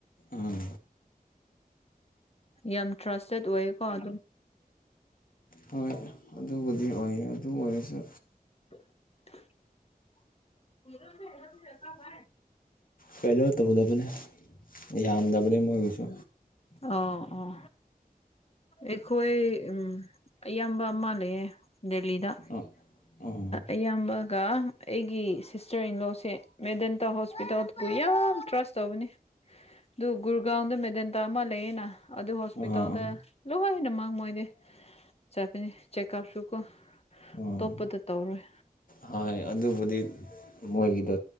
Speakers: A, on the left; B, on the left.
A: ꯎꯝ
B: ꯌꯥꯝ ꯇ꯭ꯔꯥꯁꯇꯦꯠ ꯑꯣꯏꯌꯦꯀꯣ ꯑꯗꯨ
A: ꯍꯣꯏ ꯑꯗꯨꯕꯨꯗꯤ ꯑꯣꯏ ꯑꯗꯨ ꯑꯣꯏꯔꯁꯨ
B: <inaudible> ꯍꯔꯣꯗꯔꯁꯨ ꯍꯥꯏ
A: ꯀꯩꯅꯣ ꯇꯧꯗꯕꯅꯤ ꯌꯥꯝꯗꯕꯅꯤ ꯃꯣꯏꯒꯤꯁꯨ
B: ꯑꯣ ꯑꯣ ꯑꯩꯈꯣꯏ ꯎꯝ ꯑꯌꯥꯝꯕ ꯃꯥꯜꯂꯑꯦ ꯗꯦꯜꯂꯤꯗ
A: ꯑꯥ ꯑꯥ
B: ꯑꯌꯥꯝꯕꯒ ꯑꯩꯒꯤ ꯁꯤꯁꯇꯔ ꯏꯟꯂꯣꯁꯦ ꯃꯦꯗꯦꯟꯇꯥ ꯍꯣꯁꯄꯤꯇꯥꯜꯗ ꯄꯨꯌ ꯌꯥꯝ ꯇ꯭ꯔꯁ ꯇꯧꯕꯅꯦ ꯑꯗꯨ ꯒꯔꯒꯥꯎꯗ ꯃꯦꯗꯦꯟꯟ ꯇꯑꯃꯜꯂ ꯌꯦꯅ ꯑꯗꯨ ꯍꯣꯁꯄꯤꯇꯥꯜꯗ
A: ꯑꯥ ꯑꯥ
B: ꯂꯣꯏꯅꯃꯥꯡ ꯃꯣꯏꯗꯤ ꯆꯥꯕꯤꯅꯤ ꯆꯦꯛꯑꯞꯁꯨꯀ
A: ꯑꯥ
B: ꯇꯣꯞꯄꯗ ꯇꯧꯔꯣꯏ
A: ꯍꯣꯏ ꯑꯗꯨꯕꯨꯗꯤ ꯃꯣꯏꯒꯤꯗ